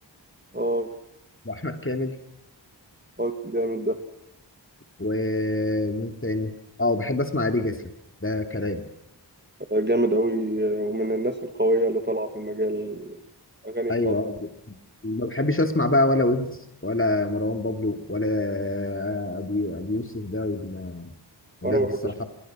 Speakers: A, on the right; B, on the left.
A: اه
B: وأحمد كامل
A: آه، جامد ده
B: ومين تاني؟ أه بحب أسمع ليجاسي ده كلام
A: آه، جامد قوي ومن الناس القويه اللي طالعه في المجال الاغاني
B: أيوه آه، ما بحبش أسمع بقى ولا ويجز ولا مروان بابلو ولا آه، أبي أبي يوسف ده وال- والناس
A: وانا ما
B: دي
A: بحبش
B: الصراحة
A: ما